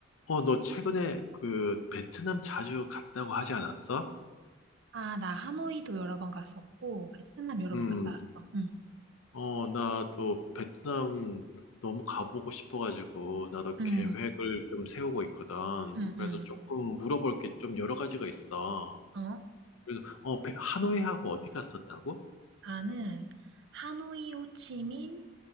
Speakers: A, on the left; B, on the right.
A: 어, 너 최근에 그 베트남 자주 갔다고 하지 않았어?
B: 아 나 하노이도 여러 번 갔었고 베트남 여러
A: 음,
B: 번 갔다 왔어. 응.
A: 어, 나도 베트남 너무 가보고 싶어가지고 나도
B: 응
A: 계획을 좀 세우고 있거든.
B: 응
A: 그래서
B: 응
A: 조금 물어볼 게 좀 여러 가지가 있어.
B: 어?
A: 그래서 어, 베- 하노이하고 어디 갔었다고?
B: 나는 하노이, 호치민,